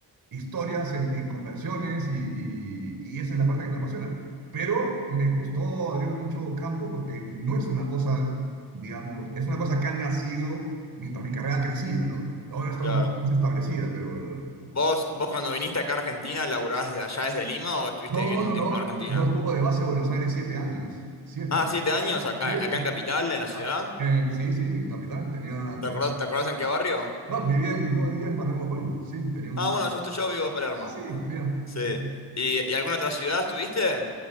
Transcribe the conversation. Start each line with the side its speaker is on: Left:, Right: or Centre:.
Right: historias en, en conversiones y, y- y esa es la parte que me apasiona. Pero me costó abrirme mucho campo porque no es una cosa, digamos, es una cosa que ha nacido mientras mi carrera ha crecido, ¿no? Ahora está
Left: claro.
Right: un poco más establecida, pero...
Left: ¿Vos, vos cuando viniste acá a Argentina, laburabas desde allá desde Lima o estuviste
Right: No,
Left: viviendo
Right: no,
Left: un
Right: no,
Left: tiempo en Argentina?
Right: yo tuve de base Buenos Aires siete años, siete
Left: Ah,
Right: años.
Left: siete años acá,
Right: Sí,
Left: acá en Capital, en la ciudad.
Right: Ah, en- sí, sí, en Capital tenía,
Left: ¿Te
Right: tenía-
Left: acordás, te acordás en qué barrio?
Right: No, vivía en, yo vivía en Palermo, Hollywood, sí, tenía un...
Left: Ah, bueno, yo estoy, yo vivo en Palermo.
Right: Ah, sí, mira.
Left: Sí.
Right: sí.
Left: ¿Y, y alguna otra ciudad estuviste?